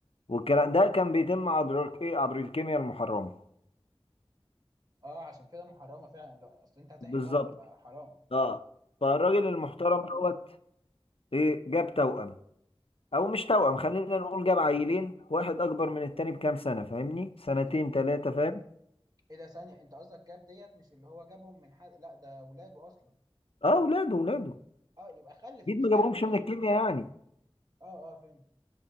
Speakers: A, on the left; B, on the right.
A: والكلام ده كان بيتم عبر ايه عبر الكيمياء المحرمة
B: اه عشان كده محرمة فعلا لا اصل انت هتحيي
A: بالظبط
B: موتى فحرام
A: اه فالراجل المحترم دوت ايه جاب توأم او مش توأم خلينا نقول جاب عيلين واحد اكبر من التاني بكام سنة فاهمني سنتين
B: ايه ده
A: ثلاثة فاهم
B: ايه ده ثانية انت قصدك جاب ديت مش اللي هو جابهم من حد لا ده ولاده اصلا
A: اه اولاده اولاده
B: اه يبقى خلف
A: اكيد
B: مش
A: ما
B: جاب
A: جابهمش
B: ماشي
A: من الكيمياء يعني
B: اه اه فهمتك